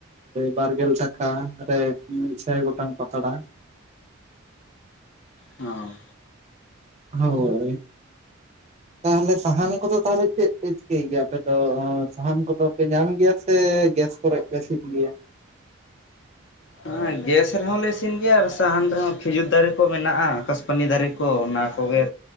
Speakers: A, on the right; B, on the left.
A: ᱵᱟᱨᱜᱮᱞ ᱴᱟᱠᱟ ᱨᱮ ᱢᱤᱫᱥᱟᱭ ᱜᱚᱴᱟᱝ ᱯᱟᱛᱲᱟ᱾
B: ᱚᱸᱻ
A: ᱦᱚᱭ᱾ ᱛᱟᱦᱚᱞᱮ ᱥᱟᱦᱟᱱ ᱠᱚᱫᱚ ᱛᱟᱦᱚᱞᱮ ᱪᱮᱫ ᱯᱮ ᱪᱤᱠᱟᱹᱭ ᱜᱮᱭᱟ ᱟᱯᱮ ᱫᱚ ᱥᱟᱦᱟᱱ ᱠᱚᱫᱚ ᱯᱮ ᱧᱟᱢ ᱜᱮᱭᱟ ᱥᱮ ᱜᱮᱥᱼᱼ ᱠᱚᱨᱮ ᱯᱮ ᱥᱤᱱ ᱜᱮᱭᱟ?
B: ᱦᱮᱸ ᱜᱮᱥ ᱨᱮᱦᱚᱸ ᱞᱮ ᱤᱥᱤᱱ ᱜᱮᱭᱟ ᱟᱨ ᱥᱟᱦᱟᱱ ᱨᱮᱦᱚᱸ ᱠᱷᱤᱡᱩᱨ ᱫᱟᱨᱮ ᱠᱚ ᱢᱮᱱᱟᱜ-ᱟ ᱠᱟᱥᱯᱟᱱᱤ ᱫᱟᱨᱮᱼᱼ ᱠᱚ ᱚᱱᱟ ᱠᱚᱜᱮ